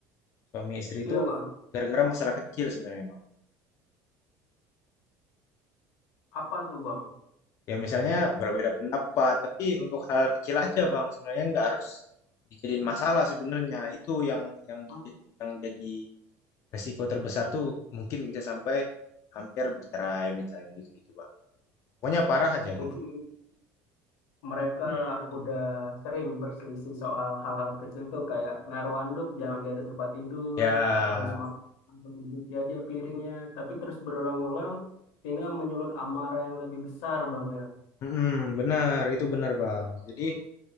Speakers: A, on the left; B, on the left.
A: Suami istri
B: Iya
A: itu
B: bang.
A: gara-gara masalah kecil sebenarnya Bang.
B: Apa tuh bang?
A: Ya misalnya berbeda pendapat, tapi untuk hal kecil aja Bang, sebenarnya nggak harus dijadiin masalah sebenarnya. Itu yang yang di-
B: Hmm.
A: yang jadi resiko terbesar tuh mungkin bisa sampai hampir cerai misalnya gitu-gitu Bang. Pokoknya parah aja gitu.
B: Mungkin mereka
A: Hmm.
B: udah sering berselisih soal hal-hal kecil tuh kayak naruh anduk jangan di atas tempat tidur
A: Ya,
B: atau habis makan langsung dicuci aja piringnya. Tapi terus berulang-ulang sehingga menyulut amarah yang lebih besar bang ya.
A: mm, benar itu benar Bang. Jadi